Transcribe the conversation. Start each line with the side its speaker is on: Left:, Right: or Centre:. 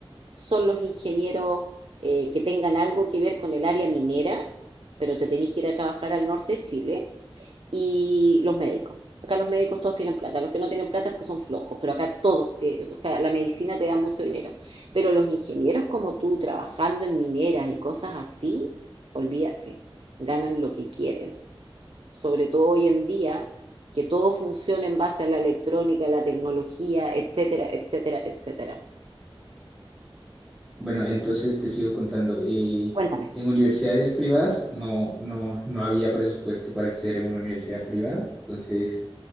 Right: son los ingenieros eh, que tengan algo que ver con el área minera, pero te tenés que ir a trabajar al norte de Chile y los médicos. Acá los médicos todos tienen plata, los que no tienen plata es porque son flojos, pero acá todos, te- o sea, la medicina te da mucho dinero. Pero los ingenieros como tú, trabajando en mineras y cosas así, olvídate, ganan lo que quieren. Sobre todo hoy en día, que todo funciona en base a la electrónica, la tecnología, etcétera, etcétera, etcétera.
Centre: Bueno, entonces te sigo contando. eh,
Right: Cuéntame.
Centre: en universidades privadas no, no, no había presupuesto para estudiar en una universidad privada, entonces